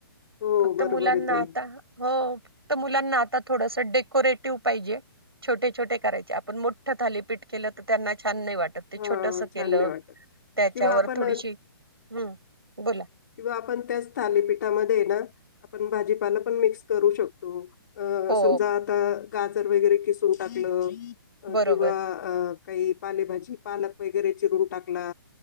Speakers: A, on the left; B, on the right.
A: हो
B: फक्त
A: बरोबर
B: मुलांना
A: आहे ताई.
B: आता हो फक्त मुलांना आ ता थोडंसं डेकोरेटिव्ह पाहिजे छोटे छोटे करायचे आपण मोठ थाली पीठ केलं त त्यांना छान नाय वाटत ते
A: हां.
B: छोटस
A: छान
B: केलं
A: नाही वाटत
B: त्याच्यावर
A: किंवा आपण
B: थोडीशी हं बोला
A: किंवा आपण त्याच थालीपीठामध्ये हे ना आपण भाजीपाला पण मिक्स करू शकतो. अ
B: हो
A: समजा आता गाजर वगैरे किसून टाकलं
B: बरोबर
A: किंवा अ काही पालेभाजी पालक वगैरे चिरून टाकला.